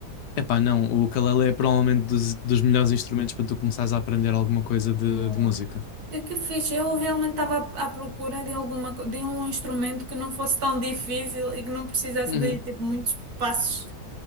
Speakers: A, on the left (about 70°); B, on the right (about 60°).
A: Epá, não, o ukulele é provavelmente dos, dos melhores instrumentos para tu começares a aprender alguma coisa de,
B: Boa.
A: de música.
B: E que fixe, eu realmente estava à à procura de alguma, co- de um instrumento que não fosse tão difícil e que não precisasse
A: Uhum,
B: de tipo muitos passos,